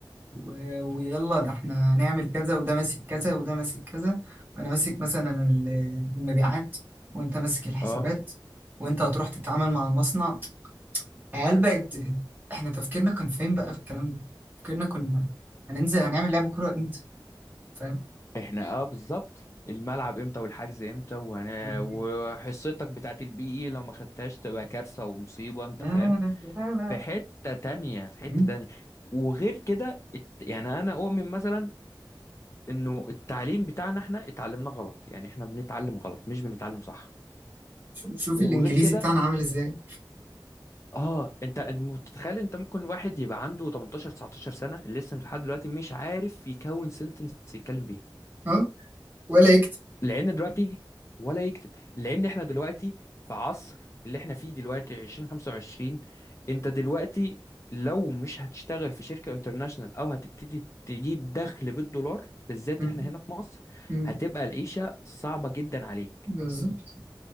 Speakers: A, on the right; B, on the left.
A: و- ويلا ده احنا هنعمل كذا وده ماسك كذا وده ماسك كذا وانا ماسك مثلا ال- المبيعات وانت ماسك الحسابات
B: اه
A: وانت هتروح تتعامل مع المصنع عيال بقت احنا تفكيرنا كان فين بقى في الكلام ده تفكيرنا كنا هننزل هنعمل لعب كورة امتى فاهم
B: احنا اه بالظبط الملعب امتى والحجز امتى وهنا
A: <laughs>
B: وحصتك بتاعت البي اي لو ما خدتهاش تبقى كارثة ومصيبة انت
A: لا
B: فاهم
A: لا لا لا
B: في حتة تانية في حتة
A: مم.
B: تانية وغير كده الت- يعني انا اؤمن مثلا انه التعليم بتاعنا احنا اتعلمنا غلط يعني احنا بنتعلم غلط مش بنتعلم صح
A: شوف شوف
B: وغير
A: الانجليزي
B: كده
A: بتاعنا عامل ازاي
B: اه انت انت متخيل انت ممكن واحد يبقى عنده 18 19 سنه لسه لحد دلوقتي مش عارف يكون سنتنس يتكلم بيها
A: اه ولا يكتب
B: لان دلوقتي ولا يكتب لان احنا دلوقتي في عصر اللي احنا فيه دلوقتي 2025 انت دلوقتي لو مش هتشتغل في شركه انترناشونال او هتبتدي تجيب دخل بالدولار بالذات
A: مم.
B: احنا هنا في مصر
A: مم.
B: هتبقى العيشه صعبه جدا عليك
A: بالظبط